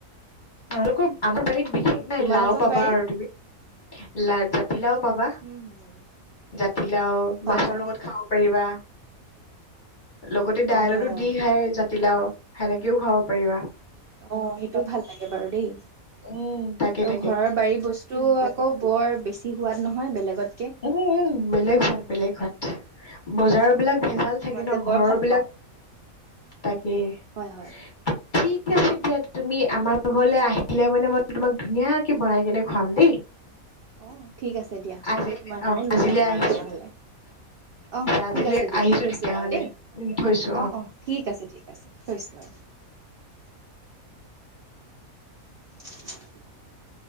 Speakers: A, on the left; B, on the right.
A: আলোকো আমাৰ বাৰীত বিশেষ নাই
B: তোমালোকৰ
A: লাও পাবা
B: বাৰীত
A: আৰু তুমি লা জাতিলাও পাবা
B: উম, হম।
A: জাতিলাও
B: হয়,
A: মাছৰ
B: হয়
A: লগত খাব পাৰিবা লগতে দাইলতো
B: অ',
A: দি খাই জাতিলাও সেনেকেও খুৱাব পাৰিবা
B: অ সেইটোও ভাল লাগে বাৰু দেই আৰু
A: উম তাকে তাকে
B: ঘৰৰ বাৰী বস্তু আকৌ বৰ বেছি সোৱাদ নহয় বেলেগত
A: উম উম বেলেগ হ বেলেগ হয় বজাৰ বিলাক ভেজাল থাকে
B: মই যে
A: ন
B: বৰ
A: ঘৰৰ
B: ভাল
A: বিলাক
B: পাওঁ
A: তাকে
B: হয়, হয়
A: থিক ঠিক আছে দিয়া তুমি আমাৰ ঘৰলৈ আহিলে মানে মই তোমাক ধুনীয়াকে বনাই কেনে খুৱাম দেই
B: অ ঠিক আছে দিয়া
A: আজি
B: মই তোমাক
A: অ
B: লৈ
A: আজিলে
B: যাম বাৰু
A: আহিছো
B: তেনে হ'লে অ
A: আজিলৈ
B: ঠিক আছে দিয়া
A: আহিছো
B: থৈছো
A: তেতিয়াহলে
B: বাৰু দেই
A: উম থৈছো
B: অ অ ঠিক আছে ঠিক আছে থৈছো বাৰু <unintelligible> <unintelligible>